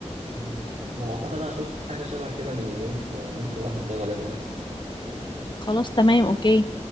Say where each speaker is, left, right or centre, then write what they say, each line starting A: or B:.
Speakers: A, on the right (about 80°); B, on the left (about 40°).
A: مم. هو أعتقد أنا شفت حاجة شبه كده من يومين فممكن نروح نحضرها دلوقتي
B: خلاص تمام اوكي